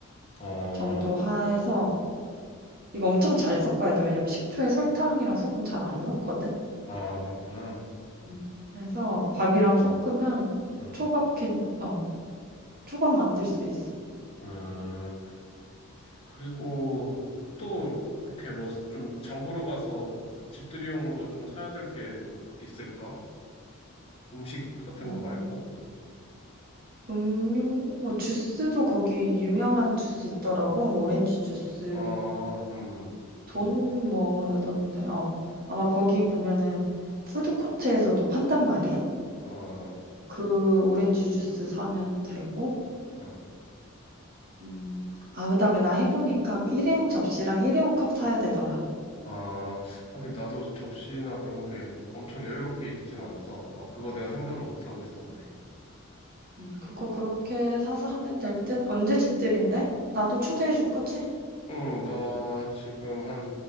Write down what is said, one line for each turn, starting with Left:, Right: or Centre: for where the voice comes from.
Left: 어,
Right: 정도 해서 이거 엄청 잘 섞어야 돼. 왜냐면 식초에 설탕이랑 소금 잘 안 녹거든.
Left: 아, 그렇구나.
Right: 음. 해서 밥이랑 섞으면
Left: 음, 음,
Right: 초밥 캔, 어, 초밥 만들 수 있어.
Left: 음. 그리고 또 이렇게 뭐 좀 장보러 가서 집들이용으로 좀 사야 될 게 있을까? 음식 같은
Right: 음,
Left: 거 말고.
Right: 음료, 뭐 주스도 거기 유명한 주스 있더라고. 뭐 오렌지 주스,
Left: 아, 음,
Right: 돈 뭐였던데, 어. 아마 거기 보면은 푸드코트에서도 판단 말이야.
Left: 어,
Right: 그 오렌지 주스 사면 되고.
Left: 어.
Right: 음. 아, 그다음에 나 해보니까 그 일회용 접시랑 일회용 컵 사야 되더라.
Left: 아, 하긴 나도 접시나 그런 게 엄청 여유롭게 있진 않아서, 아, 그거 내가 생각을 못 하고 있었네.
Right: 음, 그거 그렇게 사서 하면 될 듯. 언제 집들인데? 나도 초대해 줄 거지?
Left: 응, 나 지금 한